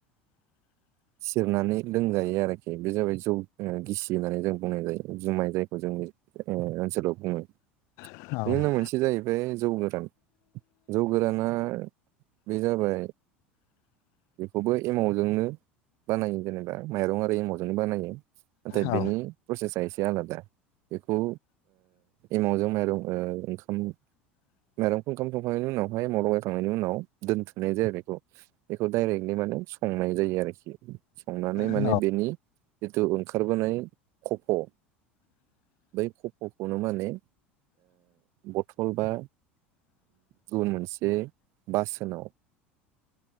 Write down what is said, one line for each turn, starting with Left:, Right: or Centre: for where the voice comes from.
Right: सिरनानै लोंजायो आरोखि बे जाबाय जौ गिसि होननानै जों बुंनाय जायो जुमाय जायखौ जोंनि। ए ओनसोलाव बुङो।
Left: औ
Right: बिनि उनाव
Left: औ
Right: मोनसे जाहैबाय जौ गोरान जौ गोराना बे जाबाय। बेबो एमावजोंनो बानायो जेनेबा माइरं आरो एमावजोंनो बानायो नाथाय
Left: औ
Right: बेनि प्रसेसा एसे आलादा बेखौ एमावजों माइरं ओंखाम। माइरंखौ ओंखाम थंखांनायनि उनावहाय मावलााव गायखांनायनि उनाव दोनथ'नाय जाया बेखौ बेखौ डाइरेक्ट मानि माने संनाय जायो आरोखि संनानै
Left: ओ
Right: माने बेनि जिथु ओंखारबोनाय खफ' बै खफ'खौनो माने बथल बा गुबुन मोनसे बासोनाव